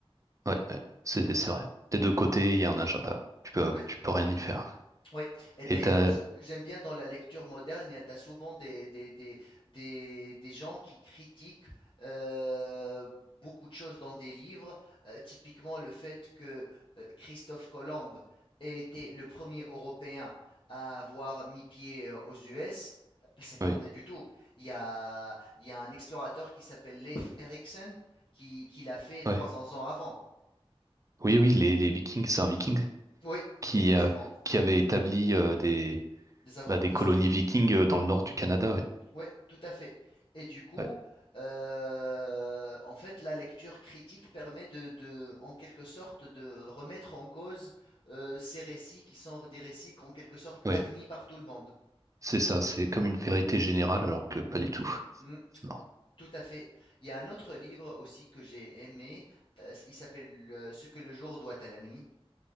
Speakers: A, on the right (about 35°); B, on the left (about 55°).
A: ouais, ouais, c'est c'est vrai. Des deux côtés, il y a un agenda. Tu peux,
B: Ouais.
A: tu peux rien y faire.
B: Oui, et
A: Et
B: d'ailleurs,
A: t'as,
B: j- j'aime bien dans la lecture moderne, tu as souvent des, des, des, des, des gens qui critiquent euh, beaucoup de choses dans des livres, euh, typiquement le fait que euh, Christophe Colomb ait été le premier Européen à avoir mis pied euh, aux US. Ben, C'est pas
A: oui,
B: vrai du tout. Il y a, il y a un explorateur qui s'appelle Leif Erikson qui, qui l'a fait trois
A: ouais.
B: cents ans avant.
A: oui, oui, les, les Vikings, c'est un Viking
B: Oui,
A: qui,
B: effectivement,
A: euh, qui avait établi euh, des,
B: des avant-postes.
A: bah, des colonies vikings euh, dans le nord du Canada. Ouais,
B: Ouais, tout à fait. Et du coup,
A: ouais,
B: euh, en fait, la lecture critique permet de, de- en quelque sorte, de remettre en cause euh, ces récits qui sont des récits en quelque sorte
A: ouais.
B: admis par tout le monde.
A: c'est ça. C'est comme une vérité générale, alors que pas du tout.
B: Mm,
A: C'est marrant.
B: tout à fait. Il y a un autre livre aussi que j'ai aimé. euh, il s'appelle euh, Ce que le jour doit à la nuit.